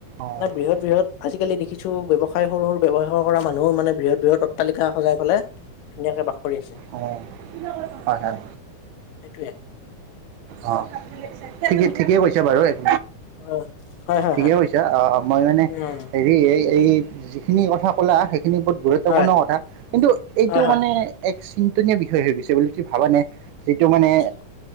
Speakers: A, on the right; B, on the left.
A: অ অ
B: বৃহৎ বৃহৎ আজিকালি দেখিছো ব্যৱসায়ৰ সৰু সৰু ব্যৱসায় কৰা মানুহ মানে বৃহৎ বৃহৎ অট্টালিকা। সজাই পেলাই ধুনীয়াকে বাস কৰি আছে
A: অ' হয়, হয়।
B: সেইটোয়ে
A: অ'
B: বাকী
A: ঠিকেই ঠিকেই কৈছে বাৰু এক
B: অ' হয় হয়
A: ঠিকেই
B: হয়
A: কৈছে অ মই মানে
B: উম
A: হেৰি এই এই যিখিনি কথা কলা সেইখিনি গুৰুত্বপূৰ্ণ
B: হয়
A: কথা কিন্তু এইটো
B: হয় হয়
A: মানে এক চিন্তনীয় বিষয় হৈ গৈছে বুলি তুমি ভাবা নে এইটো মানে
B: ঠিক